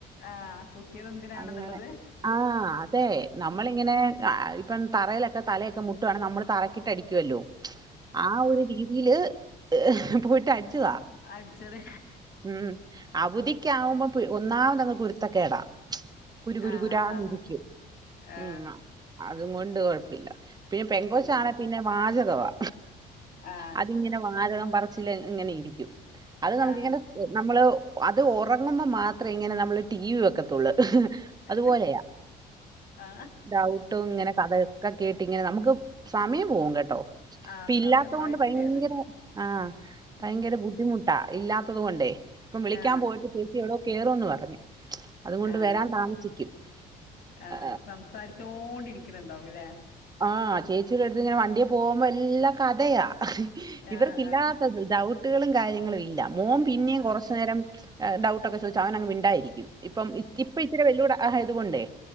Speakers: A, on the left; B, on the right.
A: ആ കുത്തിയത് എന്തിനാണെന്നുള്ളത്
B: അങ്ങനെ ആഹ് അതെ നമ്മളിങ്ങനെ ആഹ് ഇപ്പം തറയിലൊക്കെ തലയൊക്കെ മുട്ടുവാണെ നമ്മള് തറക്കിട്ട് അടിക്കുമല്ലോ?. ആ ഒരു രീതിയില് ഏ പോയിട്ട് അടിച്ചതാ.
A: ഉം അടിച്ചത്
B: ഉം അവധിക്ക് ആവുമ്പോ ഒന്നാമത് അങ്ങ് കുരുത്തക്കേടാ കുരു കുര
A: ആ
B: കുരാന്നിരിക്കും
A: ആ ആ
B: ഉം അതും കൊണ്ട് കൊഴപ്പമില്ല പിന്നെ പെൺങ്കൊച്ചാ
A: ഉം
B: ആണെ പിന്നെ വാചകവാ
A: ആ
B: അത് ഇങ്ങനെ വാചകം പറച്ചില് ഇങ്ങനെ ഇരിക്കും അത് നമുക്കിങ്ങനെ
A: ആ
B: നമ്മള് അത് ഒറങ്ങുമ്പോൾ മാത്രേ ഇങ്ങനെ നമ്മള് ടി വി വെക്കത്തുള്ളൂ.
A: ഏ.
B: അതുപോലെയാ
A: ആ
B: ചവിട്ടും ഇങ്ങനെ കത - ഒക്കെ കേട്ട് ഇങ്ങനെ നമുക്ക് സമയം പോവും കേട്ടോ
A: ആ
B: ഇപ്പൊയില്ലാത്തോണ്ട്
A: സമയം പോയത്
B: ഭയങ്കര
A: ശരിയാണ്
B: ആഹ് ഭയങ്കര
A: ഉം ഉം
B: ബുദ്ധിമുട്ടാ ഇല്ലാത്തത് കൊണ്ടേ ഇപ്പം വിളിക്കാൻ
A: ആ
B: പോയിട്ട് ചേച്ചി എവിടോ കേറുവെന്ന് പറഞ്ഞു. അതുകൊണ്ട്
A: ആഹ്
B: വരാൻ താമസിക്കും
A: ആഹ്
B: ആ
A: സംസാരിച്ചോണ്ടിരിക്കണ ണ്ടാവുല്ലേ.
B: ആഹ് ചേച്ചിൻ്റെ അടുത്ത് ഇങ്ങനെ വണ്ടിയ പോകുമ്പോയെല്ലാം കഥയാ
A: ആ
B: ഇവർക്കില്ലാത്ത
A: ആ
B: ഡൗവുറ്റുകളും കാര്യങ്ങളുയില്ല മോൻ പിന്നെയും
A: ആ ആ
B: കൊറച്ചു നേരം ഡൗട്ടൊക്കെ ചോദിച്ച് അവനങ്ങ് മിണ്ടാതിയിരിക്കും. ഇപ്പം ഇച്ചിരി ഇപ്പം വെല്ലുതൂടെ ആതുകൊണ്ടേ